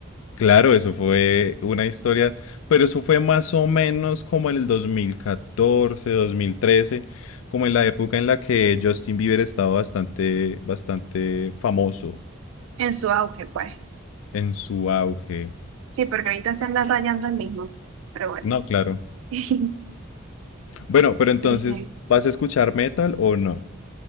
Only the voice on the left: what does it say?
Claro, eso fue una historia, pero eso fue más o menos como en el 2014, 2013, como en la época en la que Justin Bieber estaba bastante, bastante famoso.
en su auge.
No, claro.
Bueno, pero entonces,
¿vas a escuchar metal o no?